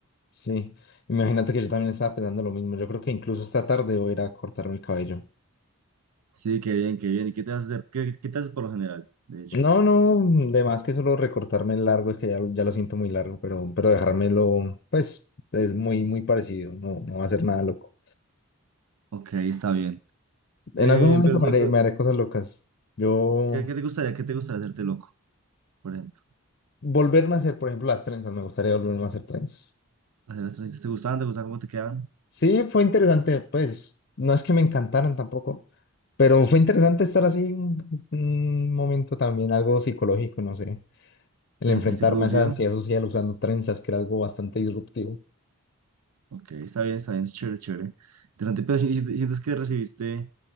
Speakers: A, on the left; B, on the right.
A: Sí, imagínate que yo también estaba pensando lo mismo. Yo creo que incluso esta tarde voy a ir a cortarme el cabello.
B: Sí, qué bien, qué bien. ¿Y qué te vas haces, qué, qué te haces por lo general, de hecho?
A: No, no, de más que solo recortarme el largo, es que ya, ya lo siento muy largo, pero, pero dejármelo, pues, es muy, muy parecido. No, no va a ser nada loco.
B: Ok, está bien.
A: En
B: Eh,
A: algún momento
B: pero,
A: me
B: te-
A: haré,
B: pero,
A: me haré cosas locas. Yo,
B: ¿qué, qué te gustaría, qué te gustaría hacerte loco, por ejemplo?
A: volverme a hacer, por ejemplo, las trenzas, me gustaría volverme a hacer trenzas.
B: ¿Hacer las transiciones? ¿Te gustaban? ¿Te gustaban cómo te quedaban?
A: Sí, fue interesante, pues no es que me encantaran tampoco, pero fue interesante estar así un, un momento también, algo psicológico, no sé, el
B: ¿Te
A: enfrentarme
B: sentiste producido?
A: a esa ansiedad social usando trenzas, que era algo bastante disruptivo.
B: Ok, está bien, está bien, es chévere, chévere. Interesante, pero si- si- sientes que recibiste